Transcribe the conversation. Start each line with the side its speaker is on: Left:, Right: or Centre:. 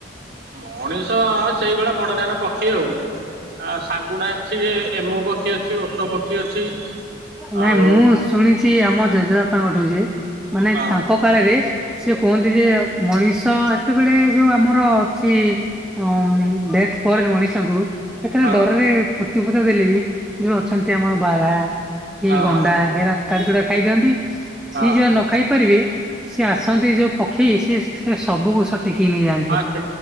Right: ମଣିଷ ସେଇଭଳିଆ ବଡ ଟାନ ପକ୍ଷୀ ଆଉ ଆ ଶାଗୁଣା ଅଛି। ଏମୁ ପକ୍ଷୀ ଅଛି ଓଟୋ ପକ୍ଷୀ ଅଛି।
Centre: ନାଇଁ
Right: ଆଉ
Centre: ମୁଁ ଶୁଣିଛି ଆମ ଜେଜେବାପାଙ୍କଠୁ ଯେ ମାନେ
Right: ହଁ
Centre: ତାଙ୍କ କାଳରେ ସେ କୁହନ୍ତି ଯେ ମଣିଷ ସେତେବେଳେ ଯୋଉ ଆମର ଅଛି। ହଁ ଡେଥ ପରେ ମଣିଷଙ୍କୁ ସେତେବେଳେ
Right: ହଁ
Centre: ଡରରେ ପ୍ରତିପଦ ଦେଲେ ବି ଯଉ ଅଛନ୍ତି ଆମର ବାରା। କି
Right: ହଁ
Centre: ଗଣ୍ଡା
Right: ହଁ
Centre: ହେରା ତାଡିତୁଡାକି ଖାଇଦିଅନ୍ତି
Right: ହଁ।
Centre: ସିଏ ଯୋ ଖାଇପାରିବେ ସିଏ ଆସନ୍ତି ଯୋଉ ପକ୍ଷୀ ସେ ସେ ସବୁକୁ ଟିକ କି ନେଇ ଯା
Right: ହଁ ସେ